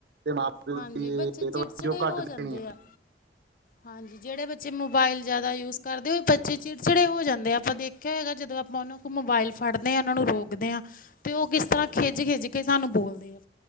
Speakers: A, on the right; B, on the left.
A: ਤੇ ਮਾਂ ਪਿਓ
B: ਹਾਂਜੀ
A: ਦੀਵਾ
B: ਬੱਚੇ ਚਿੜਚਿੜੇ
A: ਜੋ ਉਹ
B: ਹੋ
A: ਘੱਟ ਦੇਣੀ
B: ਜਾਂਦੇ
A: ਹੈ
B: ਆ ਹਾਂਜੀ ਜਿਹੜੇ ਬੱਚੇ ਮੋਬਾਈਲ ਜ਼ਿਆਦਾ ਯੂਜ ਕਰਦੇ ਆ, ਉਹ ਬੱਚੇ ਚਿੜਚਿੜੇ ਹੋ ਜਾਂਦੇ ਆ, ਆਪਾਂ ਦੇਖਿਆ ਹੋ ਹੈਏਗਾ, ਜਦੋਂ ਆਪਾਂ ਉਹਨੂੰ ਉਹ ਮੋਬਾਇਲ ਫੜਦੇ ਆ ਉਹਨਾਂ ਨੂੰ ਰੋਕਦੇ ਹਾਂ, ਤੇ ਉਹ ਕਿਸ ਤਰ੍ਹਾਂ ਖਿਝ-ਖਿਝ ਕੇ ਸਾਨੂੰ ਬੋਲਦੇ ਆ